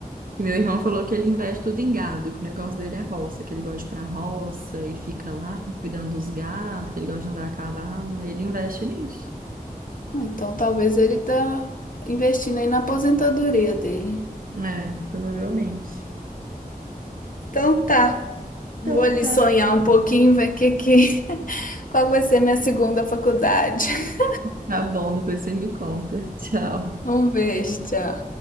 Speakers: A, on the right; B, on the left.
A: E meu irmão falou que ele investe tudo em gado, que o negócio dele é roça, que ele gosta de ir pra roça e fica lá cuidando dos gados, que ele gosta de andar a cavalo, aí ele investe nisso.
B: Ah, Então talvez ele tá investindo aí na aposentadoria dele.
A: É, provavelmente.
B: Então tá, vou
A: Então
B: ali
A: tá.
B: sonhar um pouquinho, ver que, que... <laughs> qual vai ser minha segunda faculdade. <laughs>
A: Tá bom, depois você me conta. <laughs> Tchau.
B: Um beijo, tchau.